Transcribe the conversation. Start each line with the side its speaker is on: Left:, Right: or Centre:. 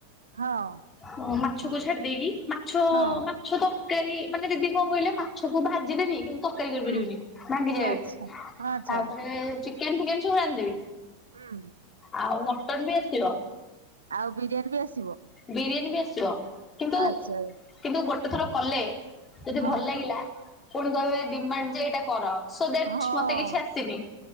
Right: ହଁ
Left: ହଁ ମାଛକୁ ଛାଡ଼ି ଦେଇକି ମାଛ
Right: ହଁ
Left: ମାଛ ତ <unintelligible> ମାନେ ଦିଦି କଣ କହିଲେ ମାଛକୁ ଭାଜିଦେବି କି ତରକାରୀ କରିପାରିବିନି
Right: ହୁଁ
Left: ଭାଙ୍ଗି ଯାଏ
Right: ଆଚ୍ଛା ଆଚ୍ଛା
Left: ତାପରେ ଚିକେନ୍ ଫିକେନ୍ ସବୁ ରାନ୍ଧିଦେବି।
Right: ହୁଁ।
Left: ଆଉ ମଟନ୍ ବି ଆସିବ।
Right: ଆଉ ବିରିୟାନୀ ବି ଆସ
Left: ବିରିୟାନୀ ବି ଆସିବ କିନ୍ତୁ
Right: ଆଚ୍ଛା
Left: କିନ୍ତୁ ଗୋଟେ ଥର କଲେ ଯଦି
Right: ହଁ
Left: ଭଲ ଲାଗିଲା ପୁଣି କହିବେ ଡିମାଣ୍ଡ ଯେ ଏଇଟା କର। ସୋ ଦ୍ୟାଟ
Right: ହଁ
Left: ମତେ କିଛି ଆସିନି।